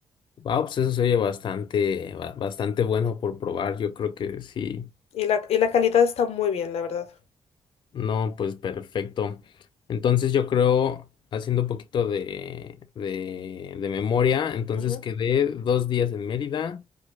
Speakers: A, on the left (about 50°); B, on the left (about 80°).
A: Wow, pues eso se oye bastante, ba- bastante bueno por probar. Yo creo que sí.
B: Y la, y la calidad está muy bien, la verdad.
A: No, pues perfecto. Entonces, yo creo, haciendo un poquito de, de, de memoria, entonces
B: Ujú,
A: quedé dos días en Mérida.